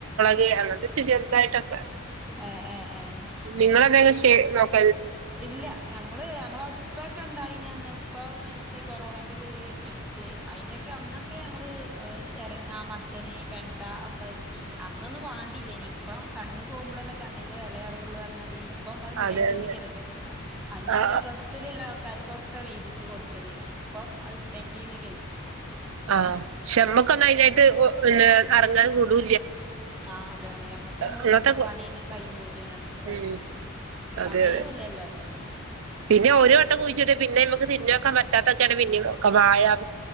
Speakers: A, on the right; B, in the centre.
A: <unintelligible> ചെറുതായിട്ട് ഒക്കെ
B: ഏഹ് ഏഹ് ഏഹ്
A: നിങ്ങളെ എന്തേലും ശൈ <unintelligible>
B: ഇല്ല ഞങ്ങള് ഞങ്ങളെ ഇപ്പക്കെണ്ടായി നി അന്ന് ഉപ്പ മരിച്ച് കൊറോണേന്റെ തീൽ മരിച്ച് അയിന്റെക്കെ അന്നൊക്കെ ഞങ്ങള് ചെരങ്ങ മത്തന് വെണ്ട ഒക്കെ വെച്ചീനി അന്നൊന്നും വാണ്ടില്ലേനി ഇപ്പം കണ്ണ് പോകുമ്പളല്ലേ കണ്ണിന്റെ വെലയറിയുള്ളുറഞ്ഞാതിരി ഇപ്പൊ അഹ് ണ്ടെങ്കി
A: അതെ അതെ
B: ത്തുംഅന്ന്
A: ആ
B: അയലോക്കത്തില്ളള ആൾക്കാർക്കൊക്കെ വീതിച്ച് കൊടുക്കലേനി പ്പം അഹ് ഡെങ്കിന്നെ കെര്തു
A: ആഹ്‌ ക്ഷേ അമ്മക്കൊന്നും അയിനായിട്ട്
B: ഉം
A: ഓ പിന്നെ എറങ്ങാനും കൂടു
B: ആഹ് അതാണ് ഞമ്മക്ക് ഞമ്മളെ
A: അങ്ങനത്തെ
B: വീട്ട്ത്തെ പണിയെന്നെ കയ്യുമ്പോത്തിന് ഞമ്മക്ക് കയ്യൂലേ
A: ഉം അതെ
B: സമയുല്ലല്ലോ
A: അതെ
B: അതിനൊന്നും
A: പിന്നെ ഒരു വട്ടം കുഴിച്ചിട്ടെ പിന്നെ ക്ക് ന തിന്നോക്കാ പറ്റാത്തക്കെയാണ് പിന്നീ വായ